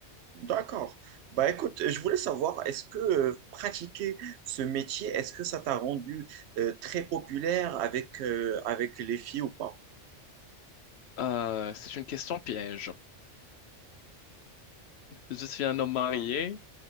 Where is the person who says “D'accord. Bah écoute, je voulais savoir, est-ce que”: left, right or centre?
Right